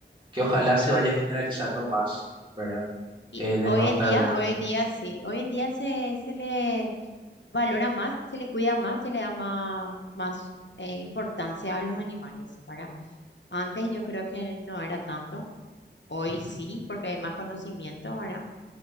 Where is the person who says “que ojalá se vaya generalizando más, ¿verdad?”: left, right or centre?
Right